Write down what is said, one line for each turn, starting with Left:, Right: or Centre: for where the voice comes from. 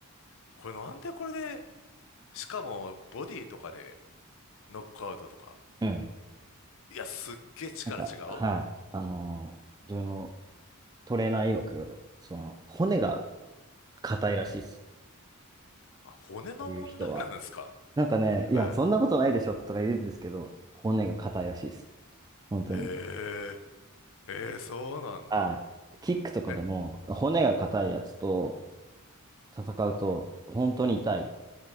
Left: これなんでこれで、しかもボディとかでノックアウトとか。
Right: うん。
Left: いや、すっげえ力違うみたい
Right: なんか、はい。あのー自分のトレーナー曰く、その、骨が硬いらしいっす。
Left: な。あ、骨の問題なんですか。
Right: ああいう人は。なんかね、
Left: は
Right: いや、そんなことないでしょとか言うんですけど、骨が硬いらしいです。本当に。
Left: い。へえ、えー、そうなんだ。
Right: はい。キックとかでも、
Left: え、
Right: 骨が硬いやつと戦うと、本当に痛い。